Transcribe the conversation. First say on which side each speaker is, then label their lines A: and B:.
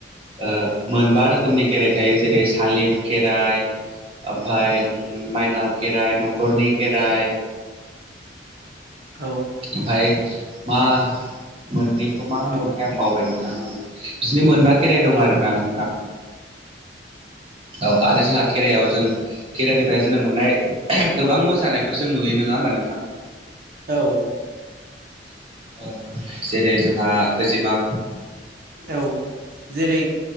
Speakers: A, on the right; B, on the right.
A: ओ मोनबा रोखोमनि खेराइ थायो जेरै सालिब खेराइ ओमफ्राय माइनाव खेराइ न'खरनि खेराइ
B: औ
A: ओमफ्राय मा मोननि बेखौ मा होनोमोनथाय
B: औ
A: आं बावबाय नोंथा ओं बिदिनो मोनबा खेराइ दं आरो ना नोंथां औ आरो जोंहा खेरायाव जों खेराइनिफ्राय जोङो मोननाय गोबां मोसानायफोर जों नुयो नङा होमबा नोंथां
B: औ
A: ओ जेरै जोंहा खोजिमा
B: औ जेरै